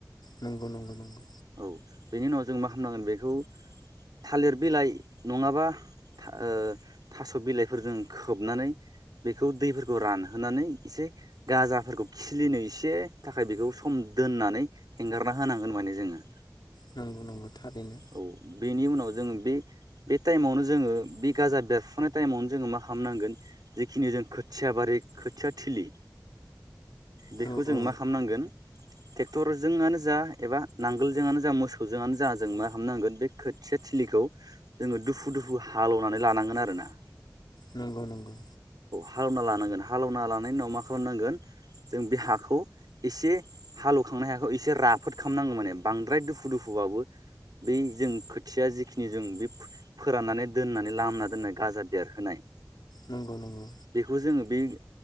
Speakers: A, on the left; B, on the right.
A: नंगौ नंगौ नंगौ।
B: औ बेनि उनाव जों मा खालामामनांगोन बेखौ थालिर बिलाइ नङाबा था ओ थास' बिलाइफोरजों खोबनानै बेखौ दैफोरखौ रानहोनानै एसे गाजाफोरखौ खिलिनो एसे थाखाय बेखौ सम दोन नानै हेंगारना होनांगोन माने जोङो।
A: नंगौ नंगौ थारैनो।
B: औ बेनि उनाव जोङो बे बे टाइमावनो जोङो बे गाजा बेरफुनाय टाइमावनो जोङो मा खालामामनांगोन जिखिनि जों खोथिया बारि खोथिया थिलि बेखौ
A: औ
B: जों
A: औ
B: मा खालामनांगोन टेक्टरजोंआनो जा एबा नांगोलजोंआनो जा मोसौजोंआनो जा जों मा खामनांगोन बे खोथिया थिलिखौ जोङो दुफु दुफु हालोवनानै लानांगोन आरो ना।
A: नंगौ नंगौ।
B: हालावना लानांगोन हालोवना लानायनि उनाव मा खालामनांगोन जों बे हाखौ एसे हालेवखांनाय हाखौ एसे राफोद खालामनांगौ माने बांद्राय दुफु दुफु उवाबो बै जों खोथिया जिखिनि जों बे फो-फोराननानै दोननानै लामना दोननाय गाजा देरहोनाय
A: नंगौ नंगौ
B: बेखौ जोङो बे